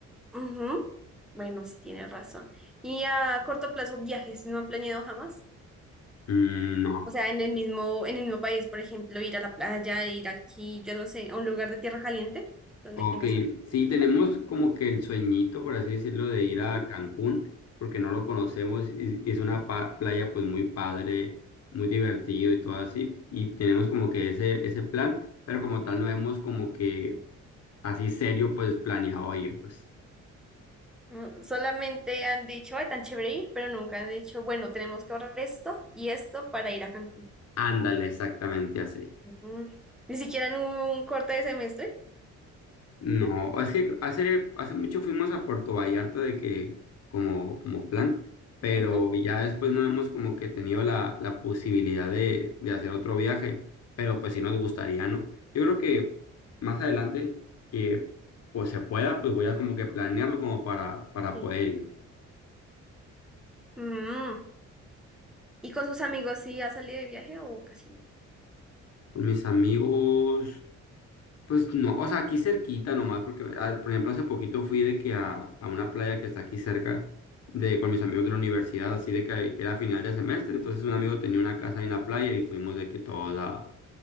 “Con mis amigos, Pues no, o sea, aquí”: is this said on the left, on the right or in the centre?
Left